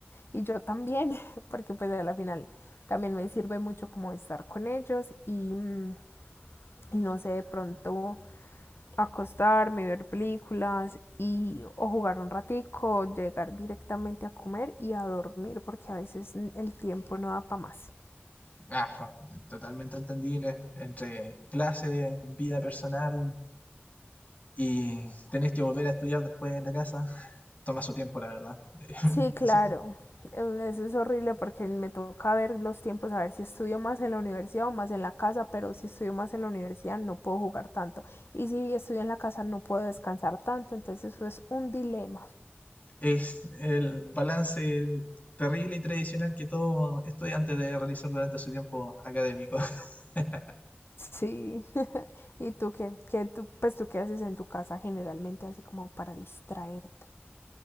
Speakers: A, on the left; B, on the left.
A: y yo también, <laughs> porque pues a la final también me sirve mucho como estar con ellos y, mm, y no sé, de pronto acostarme, ver películas y o jugar un ratico, llegar directamente a comer y a dormir, porque a veces mm, el tiempo no da para más.
B: Ah, totalmente entendible. Entre clases, vida personal y tenés que volver a estudiar después en la casa. Toma su tiempo, la verdad. <laughs>
A: Sí, claro.
B: Insisto.
A: Em, Eso es horrible porque me toca ver los tiempos, a ver si estudio más en la universidad o más en la casa, pero si estudio más en la universidad no puedo jugar tanto. Y si estudio en la casa no puedo descansar tanto, entonces eso es un dilema.
B: Es el balance terrible y tradicional que todo estudiante debe realizar durante su tiempo académico. <laughs>
A: Sí. <laughs> ¿Y tú qué? ¿Qué tú, pues tú qué haces en tu casa generalmente así como para distraerte?